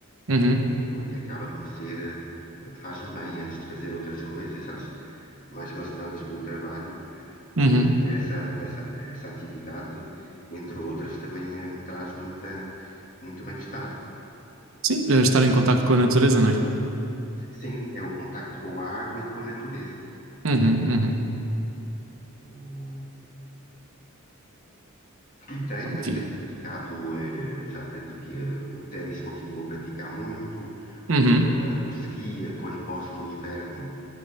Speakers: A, on the right; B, on the left.
A: uhum,
B: e acaba por ser, eh, faz-me bem antes de fazer outras coisas, às- mais relacionadas com o trabalho.
A: uhum.
B: eh, Ter essa, essa, essa atividade, entre outras, também eh, me traz muita, muito bem-estar.
A: Sim, eh, estar em contacto com a natureza, não é?
B: Sim, é o contacto com a água e com a natureza.
A: Uhum, uhum.
B: eh, E tenho, mas
A: Ti-
B: tenho praticado, eh, já pratiquei, eh, o ténis continuo a praticar muito,
A: Uhum,
B: o, eh, o ski, eh, quando posso no inverno,